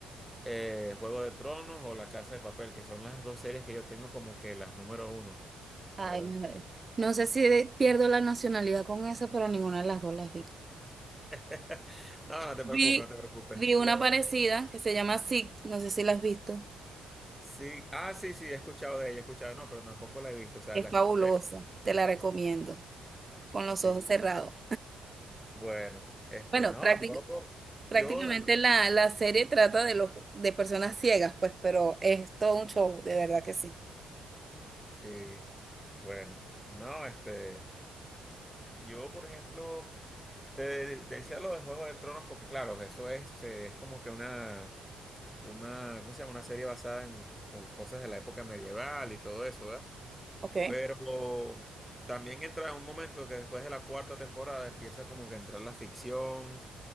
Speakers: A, in the centre; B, on the right.
A: eh, Juego de Tronos o La Casa de Papel, que son las dos series que yo tengo como que las número uno,
B: Ay,
A: la ¿verdad?
B: me- no sé si de- pierdo la nacionalidad con esa, pero ninguna de las dos las vi.
A: <laughs> No, no te
B: Vi,
A: preocupes, no te preocupes.
B: vi una parecida que se llama Sick, no sé si la has visto.
A: Sí, ah, sí, sí, he escuchado de ella, he escuchado, no, pero tampoco la he visto, o sea,
B: Es
A: la
B: fabulosa,
A: escuché.
B: te la recomiendo,
A: Sí,
B: con los
A: sí.
B: ojos cerrados.
A: Bueno, este,
B: Bueno,
A: no,
B: prácticamente.
A: yo,
B: Prácticamente
A: yo,
B: la, la serie trata de los de personas ciegas, pues, pero es todo un show, de verdad que sí.
A: sí, bueno, no, este, yo, por ejemplo, te decía lo de Juego de Tronos porque, claro, que eso es, eh, es como que una, una, ¿cómo se llama? Una serie basada en co- cosas de la época medieval y todo eso, ¿verdad?
B: Ok.
A: Pero también entra en un momento que después de la cuarta temporada empieza como que a entrar la ficción.